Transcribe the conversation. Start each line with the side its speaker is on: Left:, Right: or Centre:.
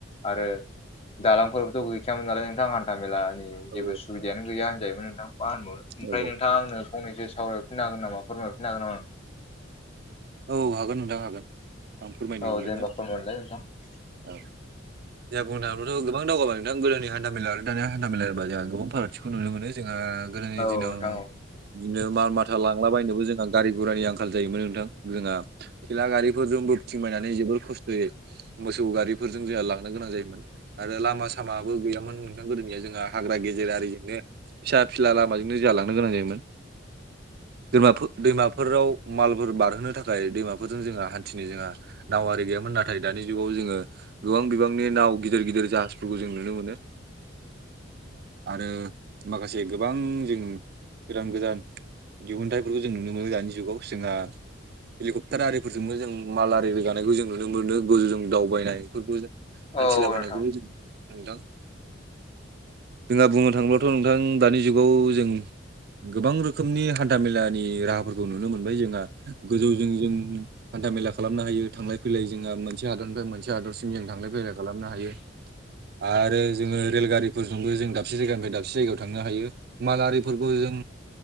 Left: आरो दालांफोरबोथ' गैखायामोन नालाय नोंथां हान्था मेलानि जेबो
Right: औ
Left: सुबियानो गैया होनजायोमोन नोंथां मा होनबावनो ओमफ्राय
Right: औ
Left: नोंथां आंनो फंनैसो सावराय <unintelligible> हागोन नामा फोरमायफिनो हागोन नामा नों
Right: औ हागोन नोंथां हागोन आं फोरमायनो
Left: औ दे
Right: नोंनो
Left: जेनबा फोरमाय हरलाय नोंथां
Right: औ जों बुंनो हाग्लाथ' गोबां दावगाबादोंदों दा गोदोनि हान्था मेला आरो दानिया हान्थामेला होनबा जोंहा गोबां फारागथिखौ नुनो मोनो। जोंहा गोदोनि
Left: औ
Right: दिनाव
Left: नोंथां औ
Right: बिदिनो माल माथा लांलाबायनोबो जोंहा गारि गुरानि आंखाल जायोमोन नोंथां। जोङा खेला गारिफोरजों बोथिं बायनानै जोबोर खस्थ' जै मोसौ गारिफोरजों जोंहा लांनो गोनां जायोमोन आरो लामा सामाबो गैयामोन। नोंथां गोदोनिया जोंहा हाग्रा गेजेर आरिजोंनो फिसा फिसाला लामाजोंनो जालांनो गोनां जायोमोन। दै दैमाफोराव मालफोर बारहोनो। थाखाय दैमाफोरजों जोंहा हान्थिनो जोंहा नावारि गैयामोन नाथाय दानि जुगाव जोङो गोबां बिबांनि नाव गिदिर गिदिर जाहाजफोरखौ जों नुनो मोनो। आरो माखासे गोबां जों गोदान गोदान। दिहुनथाइफोरखौ जों नुनो मोनो दानि जुगाव जोंहा हेलिकप्टार आरिफोरजोंबो जों माल आरि रोगानायखौ जों नुनो मोनो गोजौजों दावबायनायफोरखौ जों हान्थिलाबायनायखौबो
Left: औ नोंथां
Right: जों नुनो मोनदों। जोंहा बुंनो थाङोबथ' नोंथां दानि जुगाव जों गोबां रोखोमनि हान्था मेलानि राहाफोरखौ नुनो मोनबाय जोंहा गोजौजों जों हान्था मेला खालामनो हायो थांलाय फैलाय जोंहा मोनसे हादरनिफ्राय मोनसे हादरसिम जों थांलाय फैलाय खालामनो हायो। आरो जोङो रेलगारिफोरजोंबो जों दाबसे जायगानिफ्राय दाबसे जायगायाव थांनो हायो। मालारिफोरखौ जों